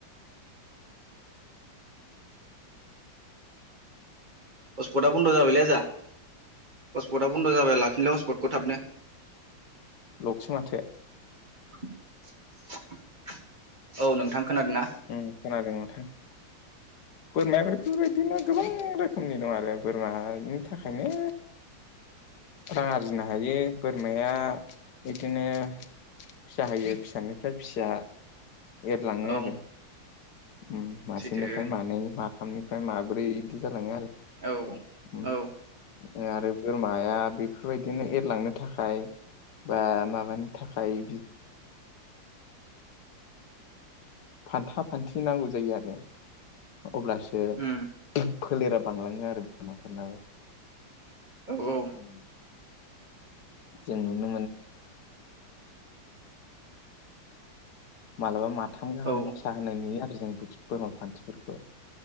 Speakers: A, on the right (about 25°); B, on the left (about 60°).
A: पसपुान्द्र जाबलाय जा हस्पटआ बन्द' जाबाय लाफिनल हस्पटखौ थाबनो।
B: लखसि माथो
A: <unintelligible>
B: ओ खोनादों नोंथां। बोरमाया बेफोरबायदिनो गोबां रोखोमनि दं आरो बोरमानि थाखायनो। रां आरजिनो हायो बोरमाया बिदिनो। फिसा होयो फिसानिफ्राय फिसिया एरलाङो
A: औ
B: आरो ओ मासेनिफ्राय
A: सैथो
B: मानै माथामनिफ्राय माब्रै बिदि जालाङो आरो
A: औ
B: उम
A: औ
B: आरो बोरमाया बेफोरबायदिनो एरलांनो थाखाय। बा माबानि थाखाय। फान्था फान्थि नांगौ जायो आरो अब्लासो
A: उम
B: फोलेरा बांलाङो आरो बिमाफोरनाबो।
A: औ औ
B: उम जों नुनो। मालाबा माथाम गाहाम
A: औ
B: फिसा होनाय नुयो आरो जों बोरमा फान्थिफोरखौ